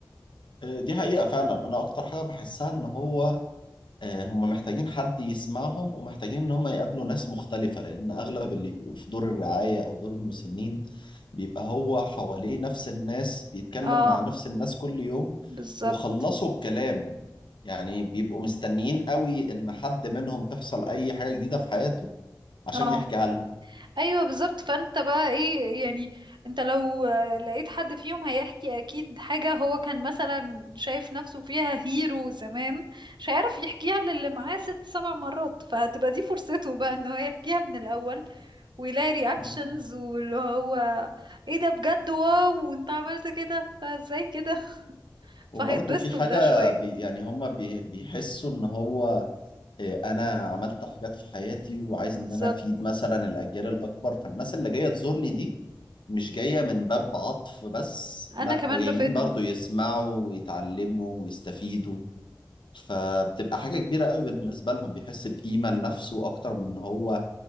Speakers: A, on the left; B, on the right.
A: آه، دي حقيقة فعلا أنا أكتر حاجة بحسها إن هو آه، هم محتاجين حد يسمعهم ومحتاجين إن هم يقابلوا ناس مختلفة لأن أغلب اللي بيبقوا في دور الرعاية أو دور المسنين بيبقى هو حواليه نفس الناس بيتكلم
B: اه
A: مع نفس الناس كل يوم
B: بالظبط
A: وخلصوا الكلام يعني بيبقوا مستنيين قوي إن حد منهم تحصل أي حاجة جديدة في حياته عشان
B: اه
A: يحكيها لهم
B: ايوه بالظبط فانت بقى ايه يعني انت لو آه، لقيت حد فيهم هيحكي اكيد حاجة هو كان مثلا شايف نفسه فيها هيرو زمان مش هيعرف يحكيها للي معاه ست سبع مرات فهتبقى دي فرصته بقى ان هو يحكيها من الاول ويلاقي رياكشنز
A: مم.
B: واللي هو ايه ده بجد واو وانت عملت كده ده ازاي كده <laughs> فهيتبسطوا
A: وبرضه في حاجة
B: بده شوية
A: بي يعني هم بي- بيحسوا إن هو إيه، انا عملت حاجات في حياتي وعايز
B: بالظبط
A: ان انا افيد مثلا الاجيال الاكبر فالناس اللي جايه تزورني دي مش جايه من باب عطف بس
B: انا
A: لا
B: كمان
A: ده جايين
B: بفيدهم
A: برضو يسمعوا ويتعلموا ويستفيدوا فبتبقى حاجه كبيره قوي بالنسبه لهم بيحس بقيمه لنفسه اكتر من ان هو